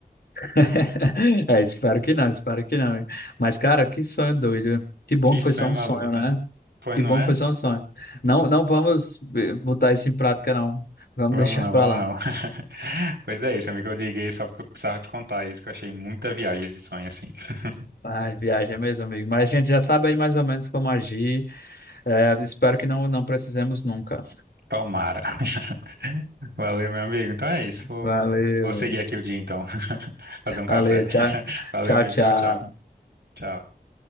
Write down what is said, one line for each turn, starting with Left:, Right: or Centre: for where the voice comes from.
Left: <laughs> É, espero que não, espero que não. Mas, cara, que sonho doido. Que bom
Right: Que
Left: que
Right: sonho
Left: foi só um
Right: maluco.
Left: sonho, né?
Right: Pois
Left: Que
Right: não
Left: bom
Right: é?
Left: que foi só um sonho. Não, não vamos eh, botar isso em prática, não. Vamos
Right: Vamos
Left: deixar
Right: não,
Left: pra
Right: vamos
Left: lá.
Right: não. <laughs> Pois é isso, amigo. Eu liguei só porque eu precisava te contar isso, que eu achei muita viagem esse sonho assim. <laughs>
Left: Ah, viagem é mesmo, amigo. Mas a gente já sabe aí mais ou menos como agir. É, espero que não, não precisemos nunca.
Right: Palmara. <laughs> Valeu, meu amigo. Então é isso. Vou,
Left: Valeu,
Right: vou seguir
Left: amigo.
Right: aqui o dia então. <laughs> Fazer um café.
Left: valeu.
Right: <laughs>
Left: Tchau,
Right: Valeu,
Left: tchau,
Right: amigo.
Left: tchau.
Right: Tchau, tchau. Tchau.